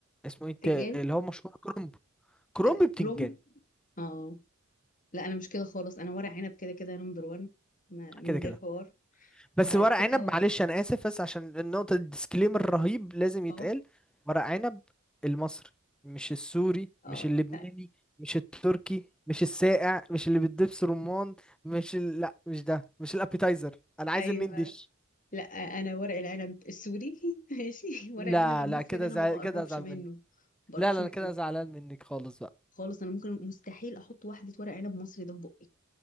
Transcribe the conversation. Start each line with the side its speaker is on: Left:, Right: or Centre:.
Centre: اسمه ايه الت-
Left: تجان
Centre: اللي هو مشروع كرنب كرومب
Left: ب-
Centre: بتنجان
Left: روم اه لا انا مش كده خالص انا ورق عنب كده كده نمبر 1 من
Centre: كده
Left: غير
Centre: كده
Left: حوار
Centre: بس
Left: بعد
Centre: ورق
Left: كده
Centre: عنب معلش انا اسف بس عشان النقطه الديسكليمر الرهيب لازم يتقال
Left: اه
Centre: ورق عنب المصري مش السوري
Left: اه
Centre: مش اللبناني
Left: لا،
Centre: مش التركي مش الساقع مش اللي بتدبس رمان مش ال... لا مش ده مش الابيتايزر انا عايز
Left: ايوه
Centre: المين ديش
Left: لا انا ورق العنب السوري <laughs> ماشي ورق
Centre: لا
Left: العنب المصري
Centre: لا كده
Left: ده انا
Centre: زع...
Left: ما بقربش
Centre: كده ازعل
Left: منه
Centre: منك
Left: ما بقربش
Centre: لا لا
Left: منه
Centre: انا كده زعلان منك خالص بقى
Left: خالص انا ممكن مستحيل احط واحده ورق عنب مصري ده في بقي